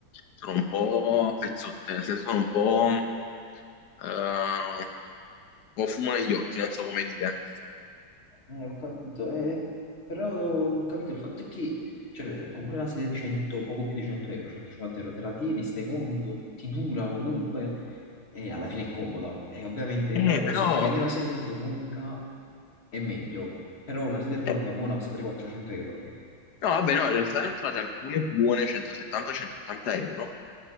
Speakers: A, on the left; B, on the left.
A: sono un po' a pezzotte, nel senso sono un po'... eh, o fumo negli occhi, non so come dire.
B: Eh, ho capito, eh, però ho capito il fatto è che cioè, comunque una sedia di 100, poco più di 100 euro, 150 euro, te la tieni, stai comodo, ti dura comunque e alla fine è comoda. E ovviamente,
A: Eh,
B: chiaro,
A: però...
B: se ti prendi una sedia ergonomica è meglio, però una sedia ergonomica
A: eh,
B: buona costa 300-400 euro. eh.
A: No, vabbè, no, in realtà ne ho trovate alcune buone 170-180 euro,